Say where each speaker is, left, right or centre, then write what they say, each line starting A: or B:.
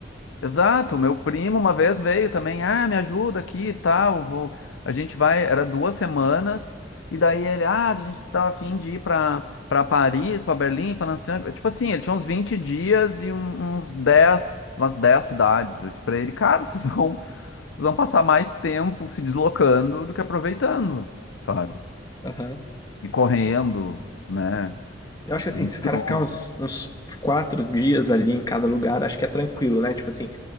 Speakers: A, on the left (about 85°); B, on the left (about 20°).
A: Exato, meu primo uma vez veio também, ah, me ajuda aqui e tal, vou... a gente vai, era duas semanas, e daí ele, ah, a gente tá a fim de ir pra, pra Paris, pra Berlim, pra Nancy, tipo assim, ele tinha uns 20 dias e um- uns 10, umas 10 cidades, eu disse pra ele, cara, <laughs> vocês vão, vocês vão passar mais tempo se deslocando do que aproveitando, sabe?
B: Aham.
A: E correndo, né?
B: Eu acho que assim,
A: Então,
B: se o cara ficar uns, uns quatro dias ali em cada lugar, acho que é tranquilo, né? Tipo assim,